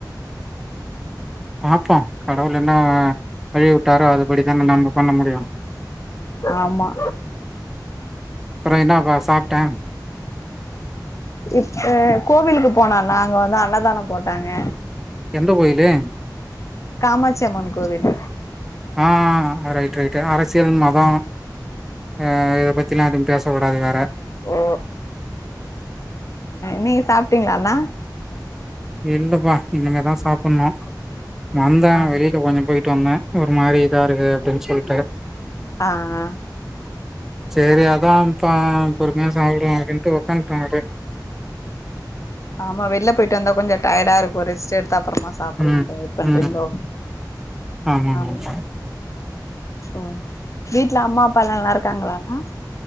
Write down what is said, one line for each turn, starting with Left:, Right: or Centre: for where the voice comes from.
Centre: பாப்போ கடவுள் என்ன வழி விட்டாரோ அதுபடிதான நம்ம பண்ண முடியு
Left: ஆமா
Centre: பிற என்னாப்பா சாப்ட
Left: இப்ப கோவிலுக்கு போனோ நாங்க வந்து அன்னதான போட்டாங்க
Centre: எந்த கோயிலு
Left: கமாச்சி அம்மன் கோவில்
Centre: ஆ ரைட் ரைட் அரசியல் மத ஆ இத பத்திலா எதுவு பேசக் கூடாது வேற
Left: ஓ நீங்க சாப்ட்டீங்களாண்ணா
Centre: இல்லப்பா இனிமேதா சாப்ட்ணு வந்தா
Left: ஆ
Centre: வெளில கொஞ்சோ போயி ட்டு வந்த ஒரு மாரி இதா இருக்கு அப்டின் சொல்ட்டு
Left: ஆ ஆ
Centre: சரி அதாம்ப்பா பொறுமையா சாப்டுவோ அப்டின்ட்டு உக்கான்ட்ட அப்டியே
Left: ஆமா வெளில போயிட்டு வந்தா கொஞ்ச டயர்டா இருக்கு ரெஸ்ட் அதா அப்பறமா சாப்ட்லான்ட்டு
Centre: ம்,
Left: வெயிட் பண்றீங்களோ
Centre: ம். ஆமாமாமா.
Left: ஆ ஓ வீட்ல அம்மா அப்பாலா நல்லாருக்காங்களாண்ணா